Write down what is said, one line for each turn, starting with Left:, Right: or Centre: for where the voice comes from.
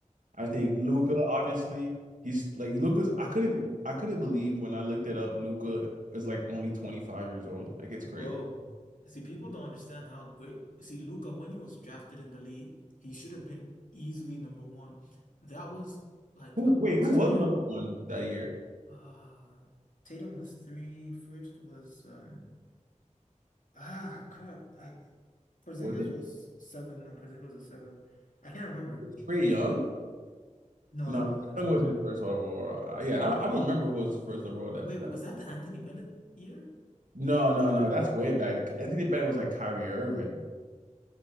Right: I think Luca,
Left: Uh,
Right: obviously, he's like Luca's. I couldn't, I couldn't believe when I looked it up. Luca is like only 25 years old. Like it's
Left: bro,
Right: crazy.
Left: see, people don't understand how great. See, Luca, when he was drafted in the league, he should have been easily number one. That was like
Right: Who,
Left: a
Right: wait, who
Left: clear.
Right: was number one that year?
Left: Uh, Tatum was three. First was um. Ah, crap. I Porzingis
Right: Was it
Left: was seven. No, Porzingis was a seven. I can't remember.
Right: Trey Young?
Left: No,
Right: No,
Left: no,
Right: Trae
Left: no, it wasn't
Right: Young
Left: Trey.
Right: wasn't first overall. Uh, Yeah, I, don't- I don't remember who was first overall that,
Left: Wait,
Right: that.
Left: was that the Anthony Bennett year?
Right: No, no, no, that's way back. Anthony Bennett was like Kyrie Irving.